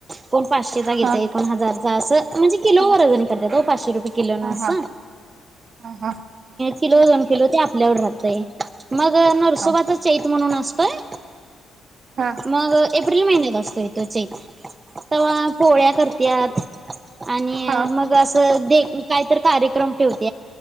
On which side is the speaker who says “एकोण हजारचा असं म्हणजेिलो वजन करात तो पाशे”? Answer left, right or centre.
Right